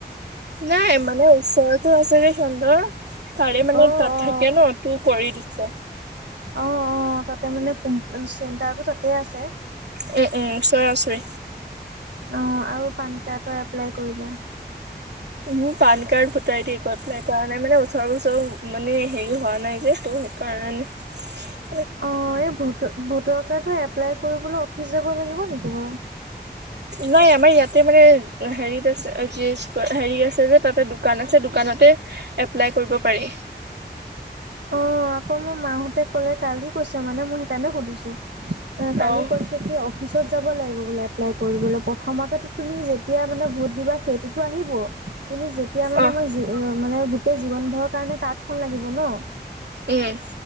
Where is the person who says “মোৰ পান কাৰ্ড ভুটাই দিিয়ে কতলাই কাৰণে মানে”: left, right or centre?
Right